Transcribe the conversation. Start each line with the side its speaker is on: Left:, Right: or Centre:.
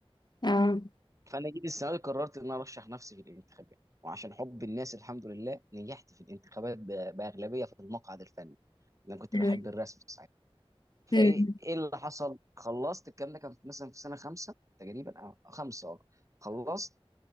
Left: اه
Right: فانا جيت السنه دي قررت ان انا ارشح نفسي في الانتخابات وعشان حب الناس الحمد لله نجحت في الانتخابات ب- باغلبيه في المقعد الفني انا كنت
Left: تمام.
Right: بحب الرسم ساعتها فايه
Left: مم.
Right: ايه اللي حصل خلصت الكلام ده كان مثلا في سنه خمسه تقريبا او خمسه اه خلصت